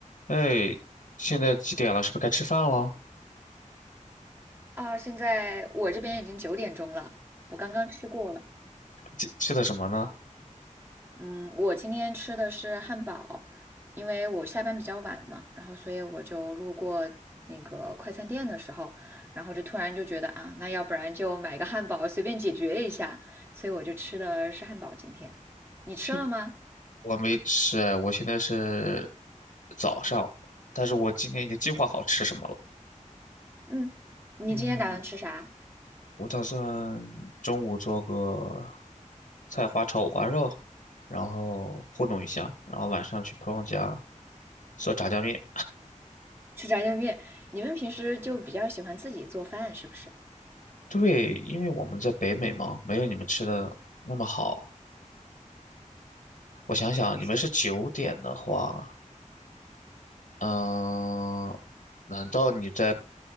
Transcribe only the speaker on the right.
啊，现在我这边已经九点钟了，我刚刚吃过了。
嗯，我今天吃的是汉堡，因为我下班比较晚嘛，然后所以我就路过那个快餐店的时候，然后就突然就觉得啊，那要不然就买个汉堡随便解决一下，所以我就吃的是汉堡。今天你吃了吗？
嗯，你今天打算吃啥？
吃炸酱面。你们平时就比较喜欢自己做饭是不是？
嗯，
是。